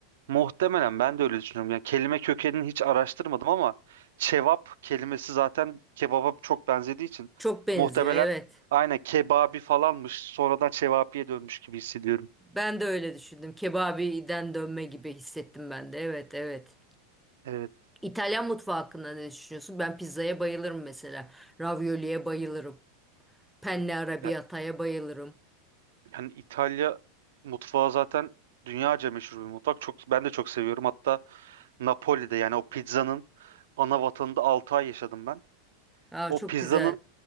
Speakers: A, on the right (about 80°); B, in the centre.
A: Muhtemelen ben de öyle düşünüyorum. Yani kelime kökenini hiç araştırmadım ama cevap kelimesi zaten kebaba çok benzediği için
B: Çok benziyor,
A: muhtemelen
B: evet.
A: aynen kebabi falanmış sonradan çevapiye dönmüş gibi hissediyorum.
B: Ben de öyle düşündüm. Kebabiden dönme gibi hissettim ben de. Evet, evet.
A: Evet.
B: İtalyan mutfağı hakkında ne düşünüyorsun? Ben pizzaya bayılırım mesela. Ravioli'ye bayılırım. Penne arrabbiata'ya
A: Ya-
B: bayılırım.
A: Yani İtalya mutfağı zaten dünyaca meşhur bir mutfak. Çok, ben de çok seviyorum. Hatta Napoli'de yani o pizzanın ana vatanında 6 ay yaşadım ben.
B: Aa,
A: O
B: çok
A: pizzanın
B: güzel.